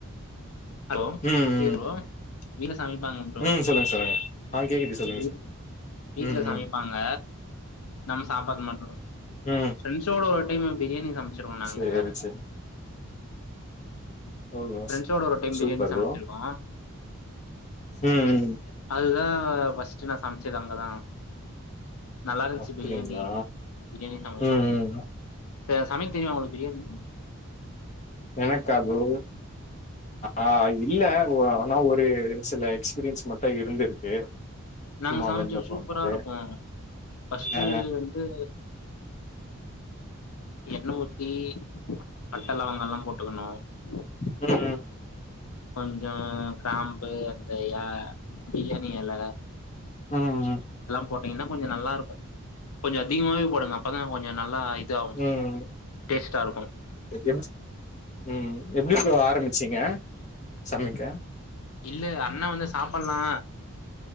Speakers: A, on the left; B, on the left.
A: ஹலோா
B: ம் ம்
A: வீன சமப்பாங்க ப்ரோ
B: ம் சொல்லுங்க சொல்லுங்க ஆ கேக்குது சொல்லுங்க
A: வீட்
B: சொல்லுங்க
A: வீட்டுலே
B: ம்
A: சமைப்பாங்க
B: ம்
A: நம்ம சாப்றத மட்டும்தான்
B: ம்
A: ஃபிரண்ட்ஸ் ஓட ஒரு வா க்கியாமா பிரியாணி சமச்ச வச்சிருவோம் நாங்க
B: சேரி சேரி ஓ
A: பிரெண்ட்ஸோட ஒரு டைம் பிரியாணி
B: சூப்பர்
A: சமைச்சிருக்கோ
B: ப்ரோ ம் ம்
A: அதுதா பர்ஸ்ட் நான் சமைச்சது அங்கதான் நல்லா இருந்துச்சு
B: அப்டிங்களா
A: பிரியாணி பிரியாணி சமைச்சோம்
B: ம் ம்
A: ச சமைக்க தெரியுமா உஙகளுக்கு பிரியாணி
B: எனக்கா ப்ரோ ஆஹ் இல்ல ஆனா ஒரு சில எக்ஸ்பீரியன்ஸ் மட்டும் இருந்திருக்கு
A: நாங்க
B: சும்மா
A: சமைச்சோம்
B: வெள்ல
A: சூப்பரா
B: போனது
A: இருக்கும் பஃஸ்ட்டு
B: ஆ
A: வந்து எண்ண உத்தி பட்டைலவங்கலாம் போட் <unintelligible>
B: ம்
A: பன் அ கிராம்பு அந்த எ பிரியாணி எல
B: ம் ம்
A: போட்டிங்கனா கொஞ்ச நல்லா இருக்கு கொஞ்ச அதிகமாவே போடுங்க அப்பதா கொஞ்ச நல்லா இதாவு
B: ம்
A: டேஸ்ட்டாருக்கு
B: எப் ம் எப்டி ப்ரோ ஆரம்பிச்சிங்க சமைக்க
A: இல்ல அண்ண வந்து சாப்பட்லா